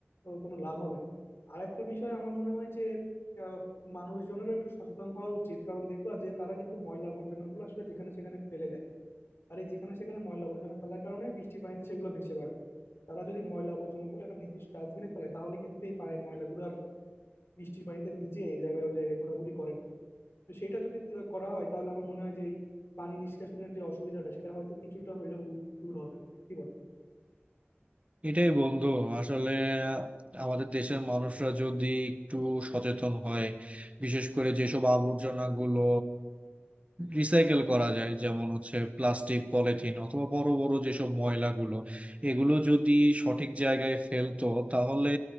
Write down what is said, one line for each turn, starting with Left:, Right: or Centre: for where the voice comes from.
Left: ও, কোনো লাভ হবে না আর একটা বিষয় আমার মনে হয় যে আহ, মানুষজনেরও একটু সচেতন হওয়া উচিত কারণ দেখবা যে তারা কিন্তু ময়লা আবর্জনা গুলো আসলে যেখানে সেখানে ফেলে দেয় আর এই যেখানে সেখানে ময়লা আবর্জনা ফেলার কারণে বৃষ্টির পানিতে সেগুলো ভেসে বেড়ায় তারা যদি ময়লা আবর্জনা গুলো একটা নির্দিষ্ট ডাস্টবিনে ফেলায় তাহলে কিন্তু এই পানি ময়লাগুলো আর বৃষ্টির পানিতে ভিজে এই জায়গায় ওই জায়গায় ঘোরাঘুরি করে না তো সেটা যদি ত- করা হয় তাহলে আমার মনে হয় যে এই পানি নিষ্কাশনের যে অসুবিধাটা সেটা হয়তো কিছুটা হইলেও দূর হবে কি বল
Right: এটাই বন্ধু আসলে আমাদের দেশের মানুষরা যদি একটু সচেতন হয় বিশেষ করে যেসব আবর্জনা গুলো রিসাইকেল করা যায় যেমন হচ্ছে প্লাস্টিক পলিথিন অথবা বড় বড় যেসব ময়লাগুলো এগুলো যদি সঠিক জায়গায় ফেলতো তাহলে